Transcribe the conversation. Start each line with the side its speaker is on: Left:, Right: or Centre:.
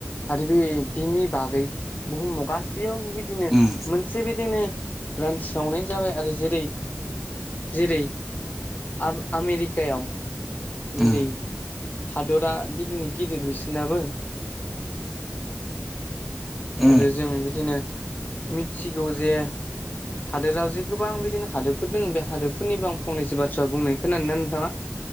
Left: आरो बे बिनि बागै बुहुमाव गासैयावबो बिदिनो
Centre: उम
Left: मोनसे बिदिनो रानस्रावनाय जाबाय आरो जेरै जेरै आब आमेरिकायाव जेरै
Centre: उम
Left: हादरा बिदिनो गिदिर बिसिनाबो
Centre: उम
Left: आरो जों बिदिनो मिथिगौ जे हादोरा जि गोबां बिदिनो हादो फोर दोङ बे हादोरफोरनिबो आं फंनैसो बाथ्रा बुंनो खोना नोना नोंथाङा